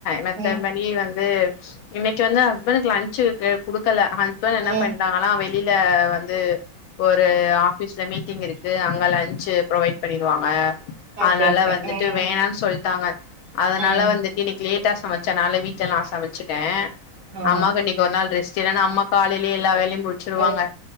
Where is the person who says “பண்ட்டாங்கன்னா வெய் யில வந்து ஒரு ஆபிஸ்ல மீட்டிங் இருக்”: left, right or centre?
Left